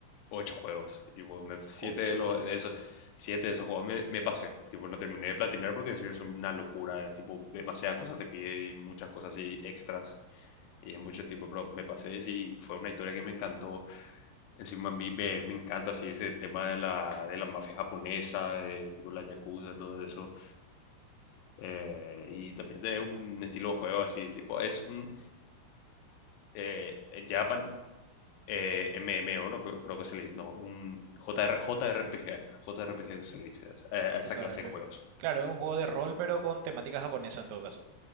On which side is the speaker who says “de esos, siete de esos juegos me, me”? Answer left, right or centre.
Left